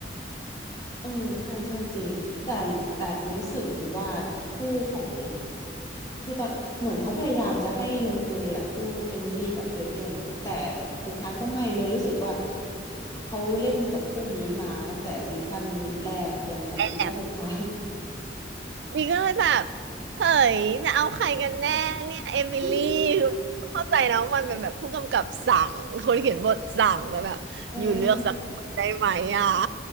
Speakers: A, on the left; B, on the right.
A: เออใช่ใช่จริงแต่แอบรู้สึกอยู่ว่าคู่ของคือตอนเหมือนเขาพยายามจะให้ลงเอยอ่ะคู่เอมิลี่กับเกเบรียลเนาะแต่สุดท้ายก็ไม่เลยรู้สึกว่าเขาเล่นกับคู่นี้มาตั้งแต่ซีซั่นแรกยันแบบซีซั่นสุดท้าย
B: แซ่บ ดีก็เลยแบบเฮ้ยจะเอาใครกันแน่เนี่ยเอมิลี่คือเข้าใจนะว่ามันเป็นแบบผู้กำกับสั่งคนเขียนบทสั่งแต่แบบอยู่เลือกสักคนได้ไหมอ่ะ
A: <laughs> อืมเออ